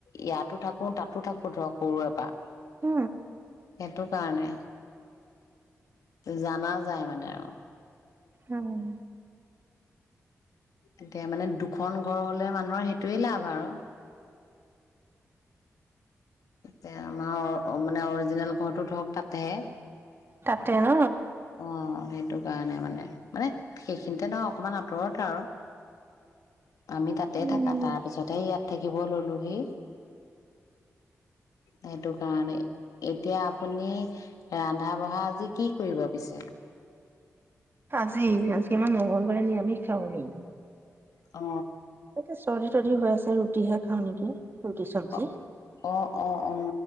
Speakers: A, on the left; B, on the right.
A: ইয়াতো থাকো তাতো থাকো ধৰক সৰুৰে পৰা
B: হ
A: সেইটো কাৰণে জানাও যায় মানে আৰু
B: উম
A: এতিয়া মানে দুখন ঘৰ হলে মানুহৰ সেইটোৱে লাভ আৰু তেয়া আমাৰ মানে অৰিজিনেল ঘৰটো ধৰক তাতেহে
B: তাতে ন
A: অ সেই সেইটো কাৰণে মানে মানে সেইখিনিতে ধৰ অকমান আঁতৰত আৰু আমি তাতে
B: উম
A: থাকা তাৰ পিছতে ইয়াত থাকিব ললোহি সেইটো কাৰণে এতিয়া আপুনি ৰন্ধা বঢ়া আজি কি কৰিব পিছে <inaudible>
B: আজি আজি আমাৰ মঙগলবাৰে নিৰামিষ খাওঁ নি
A: অ
B: তাকে চৰি যদি হৈ আছে ৰুটিহে খাওঁ নেকি ৰুটি চব্জি
A: অ অ অ অ